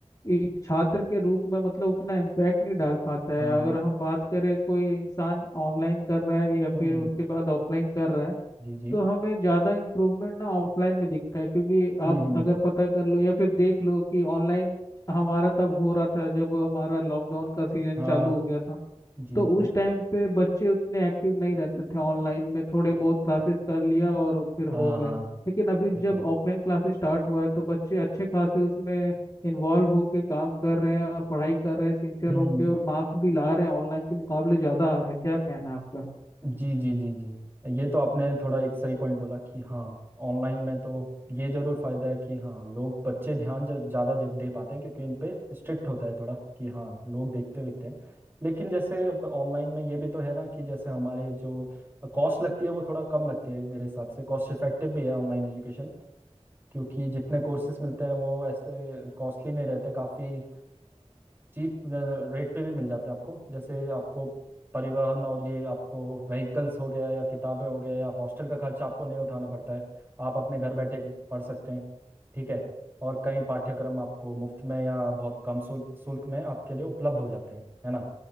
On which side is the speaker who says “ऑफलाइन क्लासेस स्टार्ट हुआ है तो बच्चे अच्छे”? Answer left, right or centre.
Left